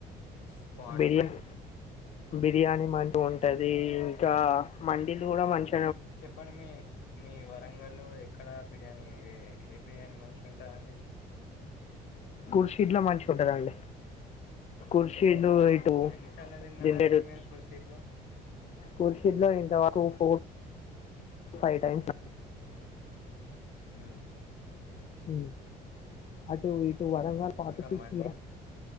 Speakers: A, on the left; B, on the left.
A: స్పాట్
B: బిర్యాని బిర్యానీ మంచి ఉంటది ఇంకా మడిలు కూడా మంచి
A: చెప్పండి మీ మీ వరంగల్లో ఎక్కడ బిర్యానీ ఏ బిర్యానీ మంచిగ ఉండాలండి
B: ఖుర్షీద్ మంచిగుంటదండి ఖుర్షీద్ ఇటాపో
A: ఎన్నిసార్లు తిన్నారండి
B: ఇటాపో
A: మీరు ఖుర్షీద్లో
B: కుర్షీలో ఇంతరకు ఫోర్ ఫైవ్ టైమ్స్
A: హ్మ్
B: హ్మ్ అటు ఇటు వరంగ పాటి
A: ఇంకా
B: ఫస్
A: మండి